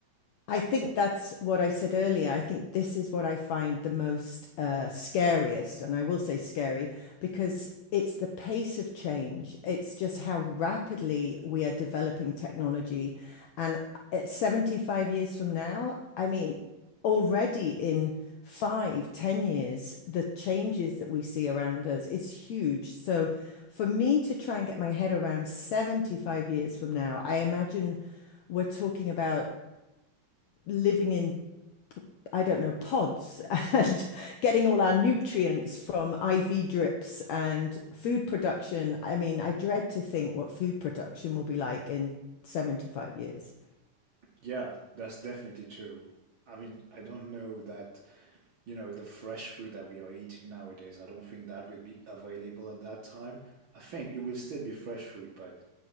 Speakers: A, on the left (about 75°); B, on the right (about 75°).
A: I think that's what I said earlier. I think this is what I find the most uh, scariest, and I will say scary because it's the pace of change. It's just how rapidly we are developing technology. And at 75 years from now, I mean, already in five, ten years, the changes that we see around us is huge. So for me to try and get my head around 75 years from now, I imagine we're talking about living in, I don't know, pods <laughs> and getting all our nutrients from IV drips and food production. I mean, I dread to think what food production will be like in 75 years.
B: Yeah, that's definitely true. I mean, I don't know that, you know, the fresh food that we are eating nowadays, I don't think that would be available at that time. I think it will still be fresh food, but